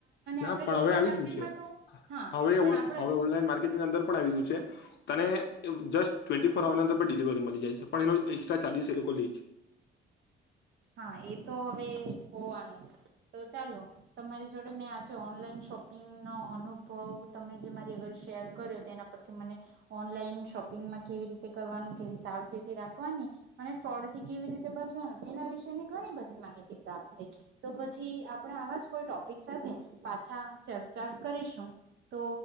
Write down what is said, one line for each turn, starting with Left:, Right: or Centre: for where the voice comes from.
Left: ના
Right: આપ
Left: પણ
Right: લોકલ
Left: હવે આવી
Right: માર્કેટમાં
Left: ગયું છે
Right: તો હા
Left: હવે
Right: પણ
Left: હવે
Right: આપડે
Left: ઓનલાઈન માર્કેટિંગ અંદર પણ આવ્યું છે તને જસ્ટ ટ્વેન્ટી ફોર અર્ની અંદર ડિલિવરી મળી જાય છે પણ એનો એક્સ્ટ્રા ચાર્જિસ એ લોકો એ છે.
Right: હા એ તો હવે હોવાનું જ તો ચાલો તમારી જોડે મેં આજે ઓનલાઈન શોપિંગનો અનુભવ તમે જે મારી આગર શેર કર્યો તો એના પરથી મને ઓનલાઈન શોપ શોપિંગમાં કેવી રીતે કરવાનું કેવી સાવચેતી રાખવાની અને ફ્રોડથી કેવી રીતે બચવાનું એના વિશે એની ઘણી બધી માહિતી પ્રાપ્ત થઈ તો પછી આપણે આવા જ કોઈ ટોપિક સાથે પાછા ચર્ચા કરીશું તો